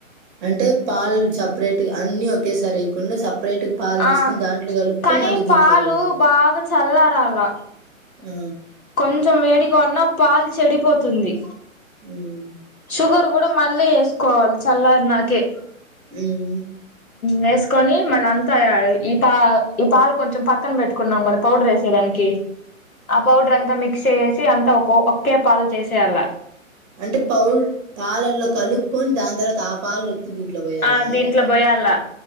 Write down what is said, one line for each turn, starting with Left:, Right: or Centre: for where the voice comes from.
Right: అంటే పాల్ సపరేట్ అన్ని ఒకేసారివయకుండా సపే బయటకు పాలు తీసుకొని
Left: ఆ
Right: దాంట్లో కలుపుకొని
Left: కానీ
Right: మళ్ళీ దీంట్లో
Left: పాలు
Right: కాల
Left: బాగా చల్లారాల
Right: ఆ
Left: కొంచెం వేడిగా ఉన్నా పాల్ చెడిపోతుంది
Right: అ
Left: షుగర్ కూడా మళ్ళీ వేసుకోవాలి చల్లార్ నాకే
Right: మ్మ్
Left: వేసుకొని మళ్ళీ అంత ఈ పా ఈ పాలు కొంచెం పక్కన పెట్టుకున్నాం మళ్ళీ పౌడర్ వేసేదానికి ఆ పౌడర్ అంతా మ చేసి అంత ఒక ఒకే పాలు చేసే అలా
Right: అంటే పౌడ్ పాలల్లో కలుపుకొని దాని తర్వాత ఆ పాలు దీంట్లో పోయాలా
Left: ఆ దీంట్లో పోయాలా